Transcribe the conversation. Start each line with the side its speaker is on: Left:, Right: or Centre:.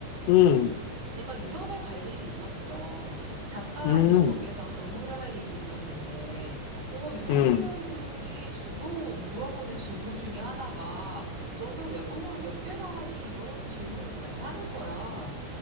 Left: 음,
Right: 내가 유럽에 갈 일이 있었어. 잠깐
Left: 음,
Right: 이제 거기에서 근무를 할 일이 있었는데, 어, 유러피언들이
Left: 음,
Right: 주로 물어보는 질문 중에 하나가, 너는 외국어를 몇 개나 하니? 이런 질문을 많이 하는 거야.